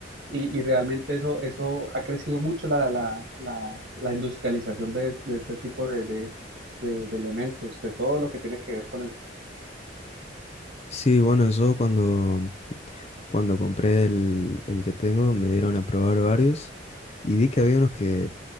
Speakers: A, on the right; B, on the left.
A: y, y realmente eso, eso ha crecido mucho la, la, la, la industrialización de, de este tipo de, de, de de elementos, de todo lo que tiene que ver con el
B: Sí, bueno, yo cuando, cuando compré el, el que tengo me dieron a probar varios y vi que había unos que